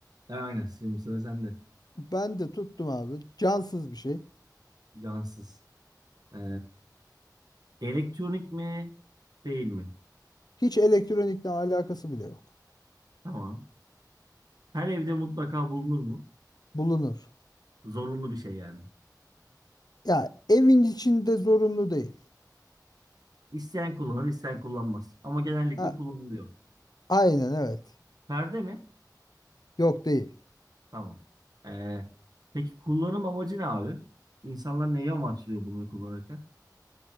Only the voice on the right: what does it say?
E, Aynen. Şimdi sıra sende.
Cansız. Ee, elektronik mi? Değil mi?
Tamam. Her evde mutlaka bulunur mu?
Zorunlu bir şey yani.
İsteyen kullanır, isteyen kullanmaz. Ama genellikle
kullanılıyor.
Perde mi?
Tamam. Ee, peki kullanım amacı ne abi? İnsanlar neyi amaçlıyor bunları kullanırken?